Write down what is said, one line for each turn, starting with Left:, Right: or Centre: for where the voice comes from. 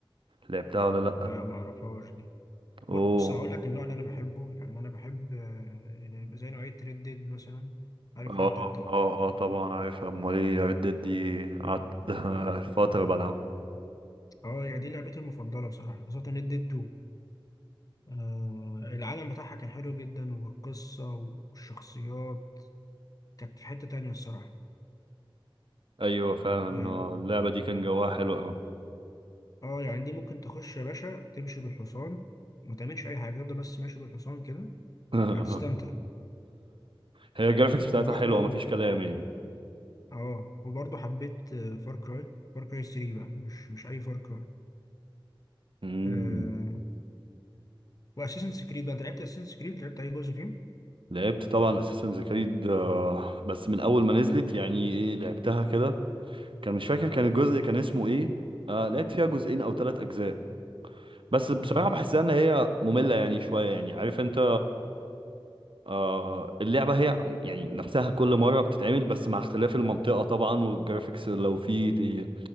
Right: لعبتها ولا لأ
Left: لا ما اعرفهاش دي
Right: اوه
Left: بص هقول لك النوع اللي انا بحبه يعني انا بحب آه، يعني زي نوعيه ريد ديد مثلا عارف
Right: اه
Left: ريد ديد طبعا
Right: اه اه طبعا عارفها امال ايه ريد ديد دي قعدت <laughs> فترة بلعبها
Left: اه يعني دي لعبتي المفضلة بصراحة خاصة ريد ديد 2 آه العالم بتاعها كان حلو جدا والقصة والشخصيات كانت في حتة تانية الصراحة
Right: ايوه فعلا
Left: يعني
Right: آه، اللعبة دي كان جواها حلو اوي
Left: اه يعني دي ممكن تخش يا باشا تمشي بالحصان ما تعملش أي حاجة تفضل بس ماشي بالحصان كده
Right: <laughs>
Left: هتستمتع
Right: هي الجرافيكس بتاعتها
Left: وبرضو
Right: حلوة مفيش كلام يعني
Left: اه وبرضو حبيت فار كراي فار كراي 3 بقى مش مش أي فار كراي
Right: مم.
Left: آه وأساسنز كريد بقى أنت لعبت أساسنز كريد لعبت أي جزء فيهم؟
Right: لعبت طبعا اساسنز كريد بس من اول ما نزلت يعني ايه لعبتها كده كان مش فاكر كان الجزء كان اسمه ايه آه لعبت فيها جزئين او ثلاث اجزاء بس بصراحة
Left: اه
Right: بحسها ان هي مملة يعني شوية يعني عارف انت آه اللعبة هي يعني نفسها كل مرة بتتعمل بس مع اختلاف المنطقة طبعا والجرافيكس لو في ت-